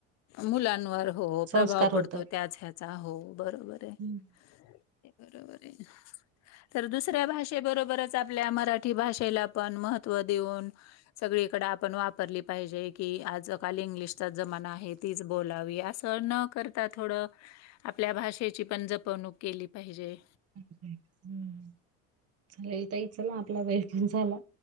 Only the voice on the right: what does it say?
संस्कार
होतात.
हम्म
हम्म, <inaudible> चालेल ताइ, चला आपला वेळ पण झाला.